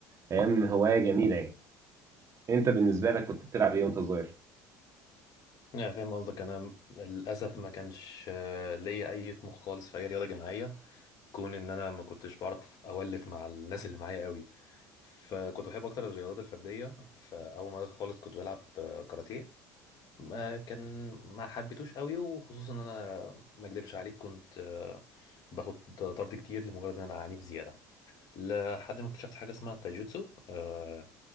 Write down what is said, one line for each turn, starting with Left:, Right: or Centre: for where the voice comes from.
Right: ايام هواية جميلة يعني انت بالنسبة لك كنت بتلعب ايه وانت صغير؟
Left: لا فاهم قصدك انا للاسف ما كانش آه، ليا اي طموح خالص في اي رياضه جماعيه كون ان انا ما كنتش بعرف اولف مع الناس اللي معايا قوي فكنت بحب اكتر الرياضات الفرديه فاول ما بدأت خالص كنت بلعب آه، كاراتيه ما كان ما حبيتوش قوي وخصوصا ان انا ما اكدبش عليك كنت آه، باخد طرد كتير لمجرد ان انا عنيف زياده لحد ما اكتشفت حاجه اسمها التايجوتسو آه،